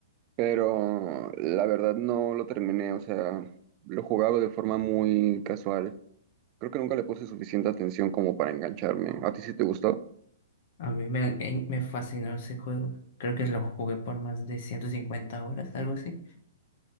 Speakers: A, on the right; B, on the left.
A: pero la verdad no lo terminé, o sea, lo jugaba de forma muy casual. Creo que nunca le puse suficiente atención como para engancharme. ¿A ti sí te gustó?
B: A mí me, en- me fascinó ese juego. Creo que lo jugué por más de 150 horas, algo así.